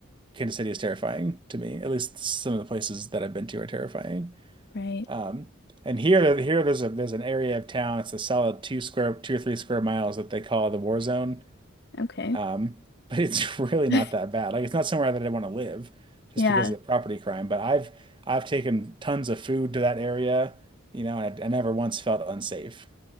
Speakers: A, on the right; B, on the left.
A: Kansas City is terrifying to me. At least some of the places that I've been to are terrifying.
B: Right.
A: Um, and here, here there's a there's an area of town. It's a solid two square, two or three square miles that they call the war zone
B: Okay.
A: Um, but it's <laughs> really
B: <laughs>
A: not that bad. Like it's not somewhere that I want to live just
B: Yeah.
A: because of the property crime. But I've I've taken tons of food to that area, you know, and I, I never once felt unsafe.